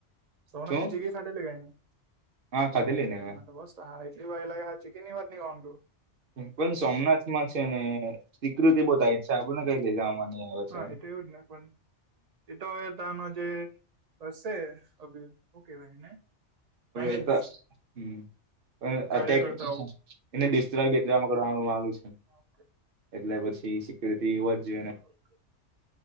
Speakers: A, on the right; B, on the right.
A: સોનાથની
B: શું
A: જગ્યા કઈ નહી
B: હા ખાધેલી ને મેં
A: અને બસ તો એટલી વાય લાય હાચુ કે ની વાત ની કોણ તું?
B: પણ સોમનાથ માં છે ને સ્વીકૃતિ બતાઈ છે આપડને કઈ લઈ જવામાં નહી આવે.
A: હ
B: છે હમ્મ.
A: એ તો એવું જ ને પણ એતો હવે તાનો જે હશે અભી હું કેવાય એને
B: હવે
A: મેનેજમેન્ટ
B: એ તો હ પણ
A: કાર્યકર્તાઓ
B: અત એને ડિસ રમકડાનું વાળુ
A: <inaudible>
B: એટલે પછી સિકયુરિટી હોવો જોઈએ ને
A: એક